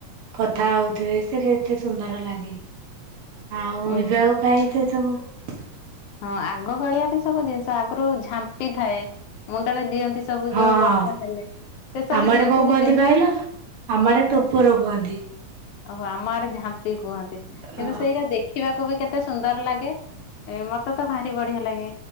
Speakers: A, on the right; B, on the left.
A: କଥା ହଉଥିବେ ସେ କେତେ ସୁନ୍ଦର ଲାଗେ। ଆଉ
B: ଉଁ।
A: ଏବେ ଆଉ ଖାଇଥ କାମ ।
B: ହଁ ଆଗ କାଳିଆ ବି ସବୁ ଜିନିଷ ଆଗରୁ ଝାମ୍ପି ଥାଏ ମୁଣ୍ଡରେ ଦିଅନ୍ତି ସେ-ସବୁ
A: ହଁ
B: ଯୋଉ ବର୍ଷା
A: ହଁ
B: ହେଲେ ସେ ସବୁ
A: ଆମ ଆଡେ
B: ଜିନିଷ
A: କଣ
B: ବି
A: କୁହନ୍ତି
B: ଦେ-କଣ
A: କହିଲ ଆମ ଆଡେ
B: କୁଁ
A: ଟୋପର କୁହନ୍ତି
B: ଓହୋ ଆମ ଆଡେ ଝାମ୍ପି କୁହନ୍ତି କିନ୍ତୁ
A: ଅ
B: ସେଇଟା ଦେଖିବାକୁ ବି କେତେ ସୁ ସୁନ୍ଦର ଲାଗେ ଏ ମତେ ତୁ ତ ଭା ବଢିଆ ଲାଗେ